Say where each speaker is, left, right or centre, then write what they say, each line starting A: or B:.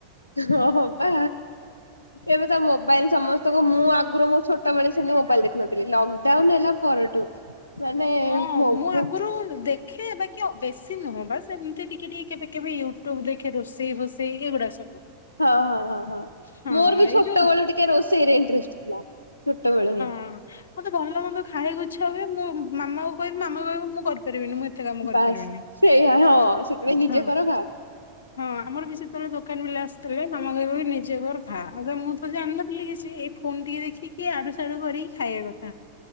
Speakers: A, on the left; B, on the left.
A: ହଁ ହଁ ପା। ଏବେ ତ ମୋବାଇଲ ସମସ୍ତଙ୍କୁ ମୁଁ ଆଗରୁ ମୋ ଛୋଟବେଳେ ଥିଲି ମୋବାଇଲ ଦେଖୁନଥିଲି। ଲକଡାଉନ ହେଲା ପରଠୁ ମାନେ
B: ହଁ
A: ମୋ
B: ମୁଁ
A: ହଁ
B: ଆଗରୁ ଦେ ଦେଖେ ବାକି ବେଶୀ ନୁହଁ ବାସ୍ ଏମତି ଟିକେ ଟିକେ କେବେ କେବେ ୟୁଟ୍ୟୁବ ଦେଖେ ରୋଷେଇ ଫୋଷେଇ ଏଇଗୁଡା ସବୁ।
A: ହଁ ହଁ ହଁ ହଁ
B: ହଁ
A: ମୋର ବି ଛୋଟବେଳୁ
B: ଏଇ ଯୋଉ
A: ଟିକେ ରୋଷେଇ ରେ ଇଣ୍ଟଷ୍ଟ ଥିଲା। ଛୋଟବେଳୁ ହିଁ।
B: ହଁ ମତେ ଭଲମନ୍ଦ ଖାଇବାକୁୁ ଇଚ୍ଛା ହୁଏ। ମୁଁ ମାମାକୁ କହିବି ମାମା କହିବ ମୁଁ କରିପାରିବିନି। ମୁଁ ଏତେ କାମ କରିପାରିବିନି।
A: ବାସ୍ ସେଇଆ <unintelligible> ହଁ, ସେଥିପାଇଁ ନିଜେ
B: ହଁ
A: କର ଖାଅ।
B: ହଁ ଆମର ବି ସେତେବେଳେ ଦୋକାନ ପିଲା ଆସୁଥିଲେ। ମାମା କହିବକି ନିଜେ କର ଖା। ମୁଁ ତ ଜାଣିିନଥିଲି କିଛି, ଏ ଫୋନ୍ ଟିକେ ଦେଖିକି, ଆଡୁ ସାଡୁ କରିକି ଖାଇବା କଥା।